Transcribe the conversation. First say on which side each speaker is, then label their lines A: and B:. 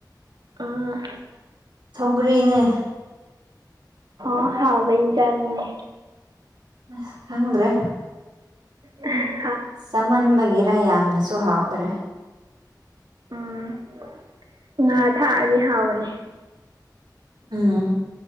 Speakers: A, on the right; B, on the right.
A: ꯑꯥ
B: ꯒ꯭ꯔꯤꯅꯤ
A: ꯑ ꯍꯥꯎ ꯋꯥꯅ ꯆꯅꯤꯡꯦ
B: ꯑꯁ ꯈꯗ꯭ꯔꯦ
A: ꯎ
B: ꯆꯃꯟꯕꯒꯤꯔꯥ ꯌꯥꯝꯅꯁꯨ ꯍꯥꯎꯗ꯭ꯔꯦ
A: ꯎꯝ ꯉꯥ ꯊꯥꯛꯑꯗꯤ ꯍꯥꯎꯕꯅꯤ
B: ꯎꯝ